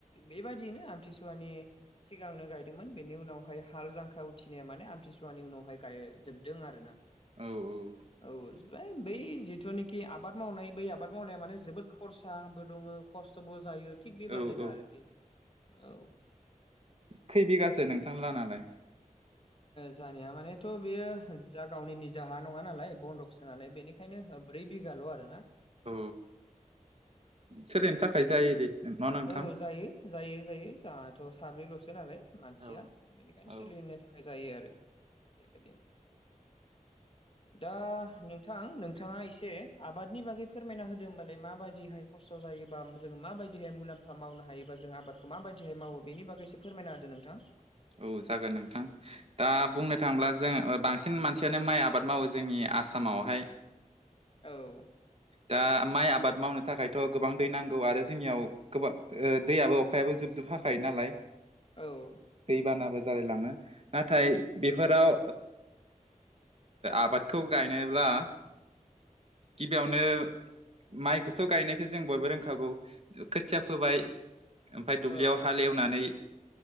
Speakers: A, on the left; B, on the right.
A: बेबायदियैनो आमथिसुवानि सिगांनो गायदोंमोन बेनि उनावहाय हाल जांख्रा उथिनाया माने आमथिसुवानि उनावहाय गायजोबदों आरोना
B: औ-औ
A: औ बै जिथुनाखि आबाद मावनाय बै आबाद मावनाया माने जोबोद खरसाबो दङो खस्थ'बो जायो थिग बेबायदिनो
B: औ औ
A: आरोखि औ
B: खै बिगासो नोंथां लाहानालाय
A: जोहानिया मानेथ' बेयो जा गावनि निजा हा नङा नालाय बन्दकसो नालाय बेनि खायनो ब्रै बिगाल' आरो ना
B: औ सोलिनो थाखाय जायो दे न' नोंथां
A: औ जायो जायो जायो जोंहाथ' साब्रैल'सो नालाय मानसिया
B: औ
A: बेनिखायनो
B: औ
A: सोलिनो थाखा य जायो आरो बेबायदिनो दा नोंथां नोंथाङा एसे आबादनि बागै फोरमायना होदो होमबालाय माबायदिहाय खस्थ' जायोबा जों माबायदि हाय मुलाम्फा मावनो हायोबा जोङो आबादखौ माबायदिहाय मावो बेनि बागैसो फोरमायना होदो नोंथां
B: औ जागोन नोंथां दा बुंनो थाङोब्ला जों बांसिन मानसियानो माइ आबाद मावो जोंनि आसामावहाय
A: औ
B: दा माइ आबाद मावनो थाखायथ' गोबां दै नांगौ आरो जोंनियाव गोबां दैयाबो अखायाबो जुब जुब हाखायो नालाय
A: औ
B: दैबानाबो जालायलाङो नाथाय बेफोराव आबादखौ गायनोब्ला गिबियावनो माइखौथ' गायनायखौ जों बयबो रोंखागौ खोथिया फोबाय ओमफ्राय दुब्लियाव
A: औ
B: हाल एवनानै